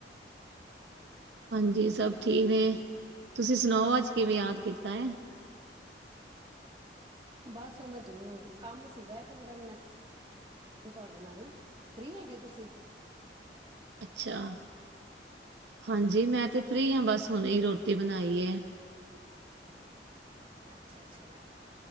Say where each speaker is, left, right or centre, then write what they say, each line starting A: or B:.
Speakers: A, on the right (about 75°); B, on the right (about 30°).
A: ਹਾਂਜੀ ਸਭ ਠੀਕ ਨੇ ਤੁਸੀਂ ਸੁਣਾਓ ਅੱਜ ਕਿਵੇਂ ਯਾਦ ਕੀਤਾ ਹੈ
B: ਬਸ ਉਹਨਾ ਤੋ ਕੰਮ ਸੀਗਾ ਇੱਕ ਮੇਰਾ ਹੁਨ ਤੁਹਾਡੇ ਨਾਲ, ਫਰੀ ਹੋ ਗਏ ਤੁਸੀ?
A: ਅੱਛਾ! ਹਾਂਜੀ, ਮੈਂ ਤੇ ਫ੍ਰਰੀ ਆਂ ਬਸ ਹੁਣੇ ਹੀ ਰੋਟੀ ਬਣਾਈ ਏ।
B: ਅੱਛਾ ਅੱਛਾ